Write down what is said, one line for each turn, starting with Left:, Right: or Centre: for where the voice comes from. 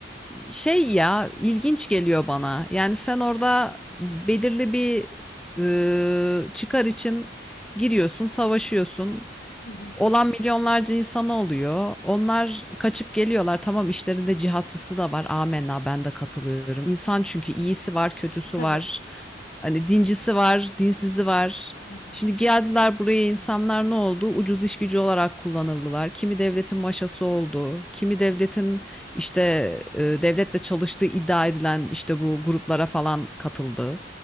Centre: şey ya ilginç geliyor bana. Yani sen orada belirli bir e, çıkar için giriyorsun, savaşıyorsun
Left: Hı hı.
Centre: olan milyonlarca insan oluyor. Onlar kaçıp geliyorlar. Tamam işlerinde cihatçısı da var. Amenna ben de katılıyorum. İnsan çünkü iyisi var, kötüsü
Left: Tabii.
Centre: var. Hani dincisi var, dinsizi var.
Left: Hı hı.
Centre: Şimdi geldiler buraya insanlar ne oldu? Ucuz iş gücü olarak kullanıldılar. Kimi devletin maşası oldu. Kimi devletin işte e, devletle çalıştığı iddia edilen işte bu gruplara falan katıldı.